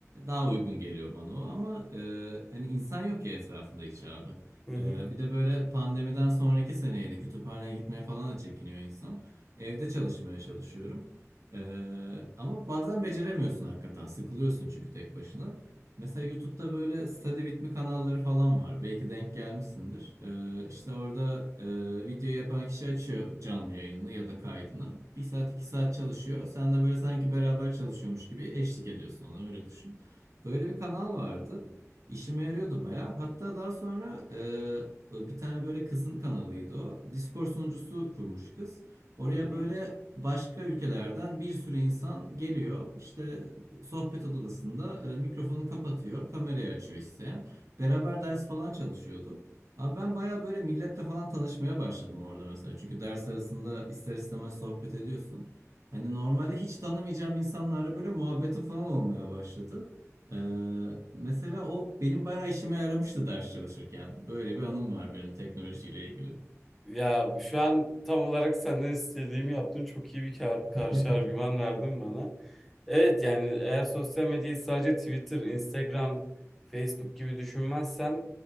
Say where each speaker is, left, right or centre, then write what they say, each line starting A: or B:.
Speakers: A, on the right; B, in the centre.
A: Daha uygun geliyor bana o ama e, hani insan yok ya etrafında hiç abi.
B: Hı hı.
A: Ee, bir de böyle pandemiden sonraki seneydi. Kütüphaneye gitmeye falan da çekiniyor insan. Evde çalışmaya çalışıyorum. Ee, ama bazen beceremiyorsun hakikaten. Sıkılıyorsun çünkü tek başına. Mesela YouTube'da böyle study with me kanalları falan var. Belki denk gelmişsindir. Ee, işte orada e, video yapan kişi açıyor canlı yayınını ya da kaydını. Bir saat iki saat çalışıyor. Sen de böyle sanki beraber çalışıyormuş gibi eşlik ediyorsun ona öyle düşün. Böyle bir kanal vardı. İşime yarıyordu baya. Hatta daha sonra e, bir tane böyle kızın kanalıydı o. Discord sunucusu kurmuş kız. Oraya
B: Hı hı.
A: böyle başka ülkelerden bir sürü insan geliyor. İşte sohbet odasında e, mikrofonu kapatıyor, kamerayı açıyor isteyen. Beraber ders falan çalışıyordu. Abi ben baya böyle milletle falan tanışmaya başladım orada mesela. Çünkü ders arasında ister istemez sohbet ediyorsun. Hani normalde hiç tanımayacağım insanlarla böyle muhabbetim falan olmaya başladı. Ee, mesela o benim bayağı işime yaramıştı ders çalışırken. Böyle bir anım var benim teknolojiyle ilgili.
B: Ya şu an tam olarak senden istediğimi yaptın. Çok iyi bir kar- karşı
A: <laughs>
B: argüman verdin bana. Evet yani eğer sosyal medyayı sadece Twitter, Instagram, Facebook gibi düşünmezsen